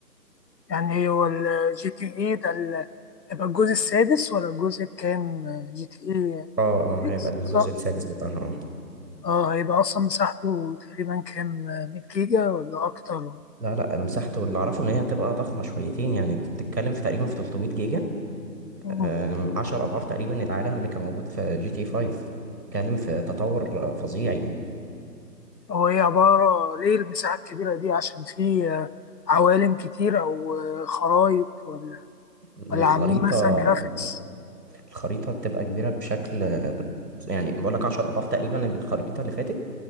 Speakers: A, on the left (about 75°); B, on the right (about 70°).
A: يعني هو الجي تي اي ده ال- هيبقى الجزء السادس ولا الجزء الكام جي تي اي
B: اه اه هيبقى
A: 6
B: الجزء
A: صح
B: السادس بتاعها
A: اه هيبقى اصلا مساحته تقريبا كام 100 جيجا ولا اكتر
B: لا لا مساحته اللي اعرفه ان هي هتبقى ضخمه شويتين يعني بتتكلم في تقريبا في 300 جيجا
A: ولا
B: أم، عشر أضعاف تقريبا العالم اللي كان موجود في جي تي 5 اتكلم في تطور فظيع يعني
A: هو ايه عبارة ليه المساحة الكبيرة دي عشان في آه، عوالم كتير او آه، خرايط ولا
B: الخريطة
A: ولا عاملين مثلا جرافيكس
B: الخريطة بتبقى كبيرة بشكل يعني بقول لك 10 أضعاف تقريبا الخريطة اللي فاتت